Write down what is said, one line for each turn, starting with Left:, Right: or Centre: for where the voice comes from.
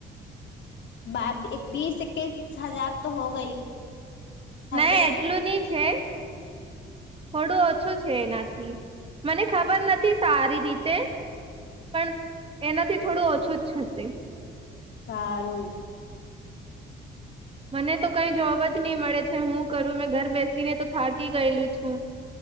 Left: બાર એક બીસ એકકીસ હજાર, તો હો ગઈ હશે
Right: ના એટલું ની છે. થોડું ઓછું છે, એનાથી મને ખબર નથી. સારી રીતે પણ એનાથી થોડુ, ઓછુ જ જશે
Left: સારુ
Right: મને તો કઈ જોબ જ નહી, મળે છે, હુ કરુ મેં ઘર બેસીને તો થાકી ગયેલું છુ